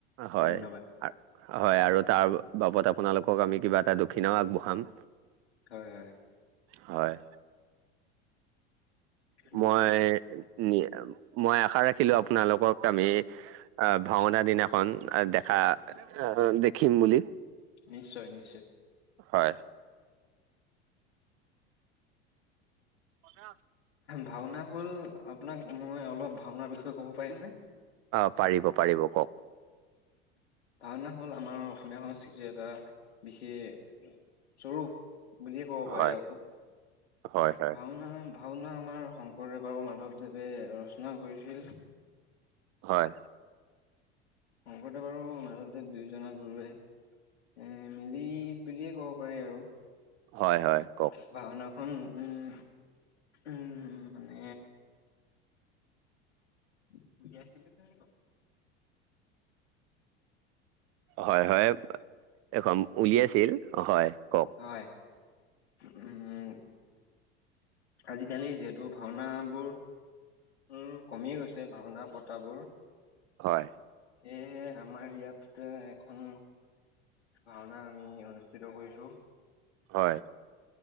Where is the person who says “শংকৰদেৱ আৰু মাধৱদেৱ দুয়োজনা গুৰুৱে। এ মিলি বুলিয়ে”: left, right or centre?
Left